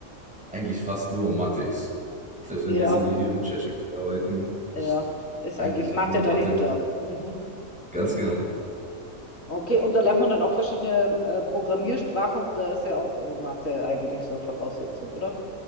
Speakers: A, in the centre; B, on the left (about 65°).
A: eigentlich fast nur Mathe ist. Selbst wenn
B: Ja,
A: wir jetzt irgendwie hier mit ChatGPT arbeiten, ist
B: ja. Ist
A: eigentlich
B: eigentlich Mathe
A: nur Mathe
B: dahinter.
A: mit.
B: Mhm.
A: Ganz genau.
B: Okay, und da lernt man dann auch verschiedene äh, Programmiersprachen und da ist ja auch äh, Mathe eigentlich so Voraussetzung, oder?